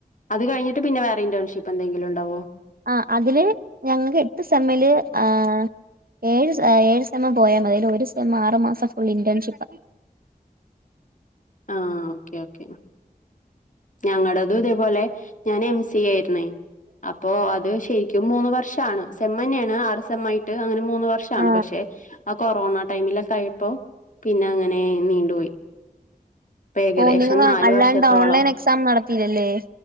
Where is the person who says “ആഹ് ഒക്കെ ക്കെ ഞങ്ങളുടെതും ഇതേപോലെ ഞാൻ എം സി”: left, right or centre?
Left